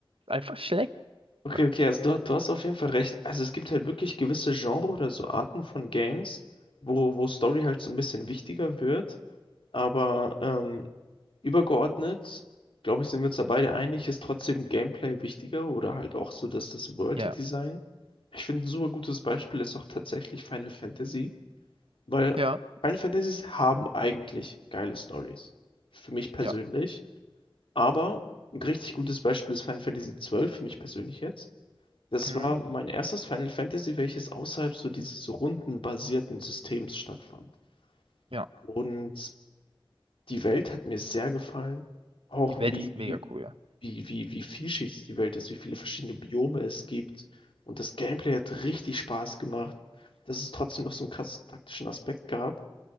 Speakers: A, on the right; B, on the left.
A: Einfach schlecht.
B: Okay,
A: Ja,
B: okay, also du, du hast auf jeden Fall recht. Also es gibt halt wirklich gewisse Genre oder so Arten von Games, wo, wo Story halt so ein bisschen wichtiger wird. Aber ähm, übergeordnet, glaube ich, sind wir uns da beide einig, ist trotzdem Gameplay wichtiger oder halt auch so dass das das World
A: ja,
B: Design. Ich finde, ein super gutes Beispiel ist auch tatsächlich Final Fantasy, weil
A: ja.
B: Final Fantasies haben eigentlich geile Stories. Für mich persönlich.
A: Ja.
B: Aber ein richtig gutes Beispiel ist Final Fantasy XII für mich persönlich jetzt. Das
A: Mhm.
B: war mein erstes Final Fantasy, welches außerhalb so dieses rundenbasierten Systems stattfand.
A: Ja.
B: Und die Welt hat mir sehr gefallen. Auch
A: Die Welt
B: wie,
A: ist mega
B: wie,
A: cool. ja.
B: wie, wie, wie vielschichtig die Welt ist, wie viele verschiedene Biome es gibt. Und das Gameplay hat richtig Spaß gemacht. Dass es trotzdem noch so einen krassen taktischen Aspekt gab.